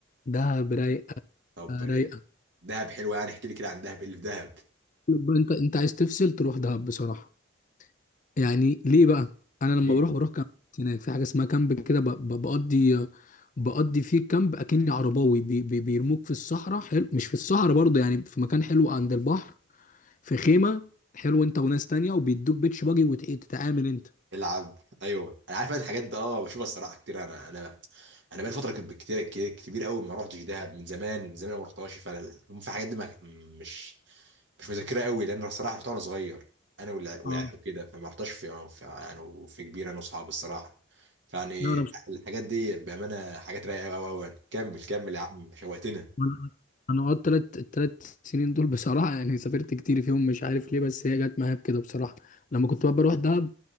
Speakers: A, on the left (about 40°); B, on the right (about 60°).
A: دهب رايقه
B: طب
A: رايقه
B: إيه؟ دهب حلوه يعني احكي لي كده عن دهب ايه اللي في دهب
A: طيب بقى انت انت عايز تفصل تروح دهب بصراحه يعني ليه بقى انا لما
B: إيه؟
A: بروح بروح كامب هناك في حاجه اسمها كامب كده ب- ب- بقضي بقضي فيه كامب اكني عرباوي بي بي بيرموك في الصحراء حلو مش في الصحراء برضه يعني في مكان حلو عند البحر في خيمه حلو انت وناس تانية وبيدوك بيتش باجي وتتعامل انت
B: العب ايوه انا عارف أنا الحاجات دي اه بشوفها الصراحه كتير انا انا انا بقالي فتره كب- كتير كتير- كبيره قوي ما رحتش دهب من زمان من زمان ما رحتهاش فانا في حاجات دي ما مش مش مذاكرها قوي لان الصراحه رحت وانا صغير انا والع- والعيال
A: اه
B: كده فما رحتش في يعني، في- يعني في كبير انا واصحابي الصراحه فيعني
A: لا انا بص...
B: الحاجات دي بامانه حاجات رايقه قوي قوي قوي. كمل كمل يا عم شوقتنا
A: انا انا قعدت تلات التلات سنين دول بصراحه يعني سافرت كتير فيهم مش عارف ليه بس هي جت معايا بكده بصراحه لما كنت بقى بروح دهب